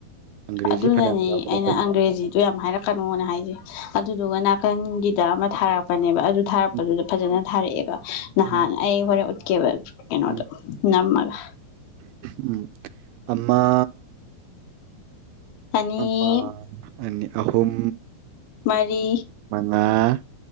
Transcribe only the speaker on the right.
ꯑꯪꯒ꯭ꯔꯦꯖꯤ
ꯐꯅꯌꯥꯝ ꯌꯥꯎꯒꯗꯕꯅꯤ
ꯎꯝ
ꯎꯝ
ꯎꯝ
ꯎꯝ ꯑꯃꯥ
ꯑꯃꯥ ꯑꯅꯤ ꯑꯍꯨꯝ
ꯃꯉꯥ